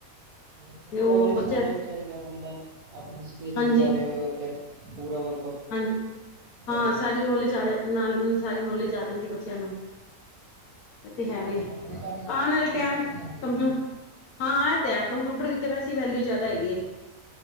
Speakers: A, on the right; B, on the left.
A: ਸਹੀ
B: ਤੇ ਉਹ
A: ਗੱਲ ਹੈ
B: ਬੱਚੇ
A: ਸਣਾਣਾ ਵੀ ਚਾਹੀਦਾ ਬੰਦਾ ਆਪਣੇ ਸਕਿੱਲ
B: ਹਾਂਜੀ
A: ਦੇ ਬਾਰੇ ਉੱਧਰ ਪੂਰਾ ਮਤਲਬ।
B: ਹਾਂਜੀ।
A: ਕਰੇ
B: ਹਾਂ ਸਾਰੀ ਨੌਲੇਜ ਆ ਨਾਲ ਸਾਰੀ ਨੌਲੇਜ ਆ ਜਾਂਦੀ ਬੱਚਿਆਂ ਨੂੰ। ਤੇ ਹੈ ਵੀ
A: ਅੱਗੇ ਜਾ ਕੇ
B: ਆਉਣ ਵਾਲੇ
A: ਦਿੱਕਤ
B: ਟੈਮ ਚ
A: ਨੀ ਆਂਦੀ
B: ਕੰਪਿਊ
A: ਨਾ।
B: ਹਾਂ, ਇਹ ਤੇ ਹੈ ਕੰਪਿਊਟਰ ਦੀ ਤਾਂ ਵੈਸੇ ਵੈਲਿਊ ਜ਼ਿਆਦਾ ਹੈਗੀ।